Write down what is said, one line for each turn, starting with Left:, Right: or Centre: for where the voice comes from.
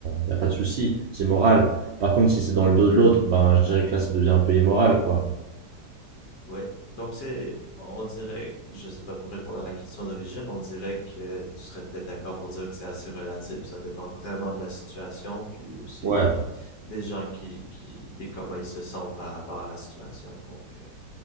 Right: il n'y a pas de souci, c'est moral. Par contre, si
Left: Mhm.
Right: c'est dans le dos de l'autre, ben je dirais que là ça devient un peu immoral, quoi.
Left: Ouais. Donc c'est, on dirait, je sais pas, pour répondre à la question d'origine, on dirait que tu serais peut-être d'accord pour dire que c'est assez relatif. Ça dépend vraiment de la situation, puis aussi
Right: Ouais,
Left: des, des gens qui, qui, et comment ils se sentent par rapport à la situation. Donc euh,